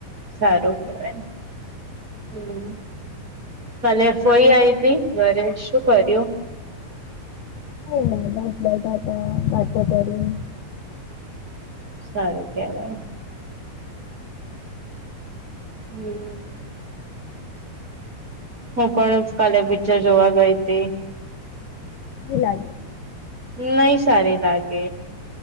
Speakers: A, on the right (about 25°); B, on the left (about 80°).
A: સારું કેહેવાય હમ ભાલે ફઈ આવીઈ હતીી ઘરે શું કર્યું
B: ન બસ બેઠા હતા વાટકો કરી
A: સારું કેવાય હમ હું પણ કાલે પિક્ચર જોવા ગઈ હતી
B: એ લાગે
A: નહી સારી લાગે